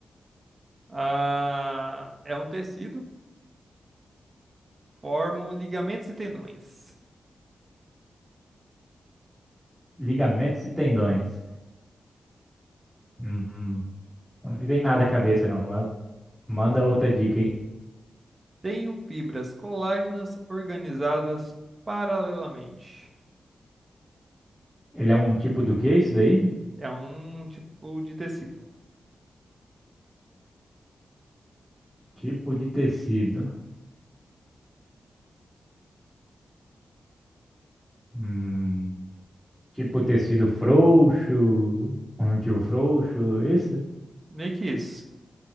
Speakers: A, on the right; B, in the centre.
A: Ah, é um tecido, formo ligamentos e tendões.
B: Ligamentos e tendões. Hum, Não me vem nada à cabeça, não. mas Manda outra dica, hein?
A: Tenho fibras colágenas organizadas paralelamente.
B: Ele é um tipo do que isso daí?
A: É um tipo de tecido.
B: Tipo de tecido. Hum, tipo tecido frouxo, conjuntivo frouxo, isso?
A: Meio que isso.